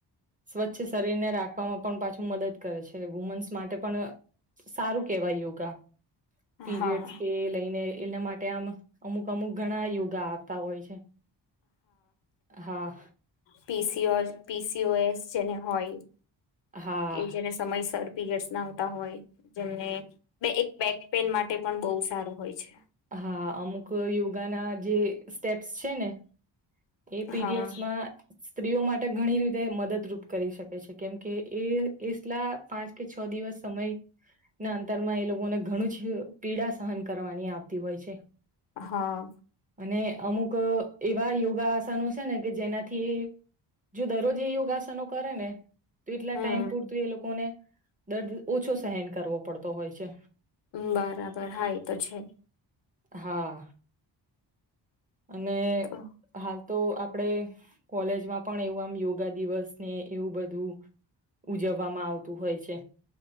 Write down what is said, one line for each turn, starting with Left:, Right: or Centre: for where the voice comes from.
Right: સ્વચ્છ શરીરને રાખવામાં પણ પાછું મદદ કરે છે વુમન્સ માટે પણ સારું કેહેવાય યોગા. પીરિયડ્સ
Left: હા
Right: કે લઈને એના માટે આમ અમુક અમુક ઘણા યોગા આવતા હોય છે. હા
Left: પીસી પીસીઓ એસ જેને હોય
Right: હા
Left: કે જેને સમયસર પીરયડ્સ ના આવતા હોય જેમને એક બેક પેન માટે પણ બહુ સારું હોય છે.
Right: હા અમુક યોગાના જે સ્ટેપ્સ છે ને એ પીરિયડ્સ
Left: હા
Right: માં સ્ત્રીઓ માટે માટે ઘણી રીતે મદદરૂપ કરી શકે છે કેમકે એ એલા પાંચ કે છ દિવસ સમય ના અંતરમાં એ લોકોને ઘણું જ પીડા સહન કરવાની આવતી હોય છે.
Left: હા
Right: અને અમુક એવા યોગ યોગાસનો છે ને કે જેનાથી જો દરરોજ એ યોગાસનો કરે ને તો એટલા
Left: હમ
Right: ટાઈમ પૂરતું એ લોકો ને દર્દ ઓછો સહેન કરવો પડતો હોય છે.
Left: બરાબર હા એ તો છે.
Right: હા અને
Left: તો
Right: હાલ તો આપ આપણે કોલેજમાં પણ એવું આમ યોગા દિવસ ને એવું બધું ઉજવવામાં આવતું હોય છે.